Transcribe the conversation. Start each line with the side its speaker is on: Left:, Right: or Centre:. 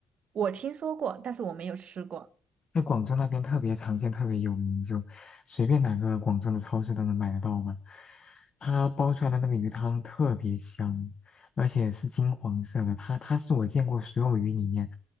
Right: 我听说过，但是我没有吃过。
Left: 在广州那边特别常见，特别有名，就随便哪个广州的超市都能买得到嘛。它煲出来的那个鱼汤特别香，而且是金黄色的，它它是我见过所有鱼里面